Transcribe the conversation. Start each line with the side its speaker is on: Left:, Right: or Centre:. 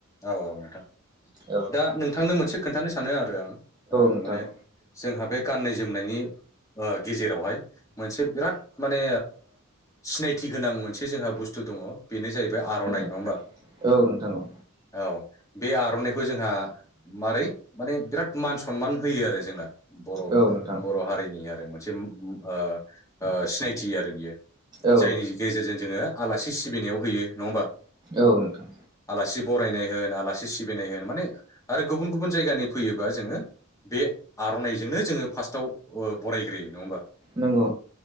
Left: औ औ नोंथां
Right: औ
Left: दा नोंथांनो मोनसे खोन्थानो सानो आरो आं ओ
Right: नोंथां
Left: माने
Right: औ
Left: जोंहा बे गाननाय जोमनायनि गेजेरावहाय मोनसे बिराद माने सिनायथि गोनां मोनसे जोंहा बुस्थु दङ बेनो जाहैबाय आर'नाइ
Right: औ
Left: नङा होमबा
Right: नोंथां औ
Left: औ बे आर'नाइखौ जोंहा मारै माने बिराद मान सनमान होयो आरो जोंना बर'
Right: औ नोंथां औ नोंथां
Left: बर' हारिनि आरो मोनसे ओ ओ सिनायथि आरो बियो
Right: औ
Left: जायनि गेजेरजों जोङो आलासि सिबिनायाव होयो नङा होमबा
Right: औ नोंथां
Left: आलासि बरायनाय होन आलासि सिबिनाय होन माने आरो गुबुन गुबुन जायगानि फैयोबा जोङो बे आर'नाइजोंनो जोङो फार्स्टआव बरायग्रोयो नङा होमबा
Right: नोंगौ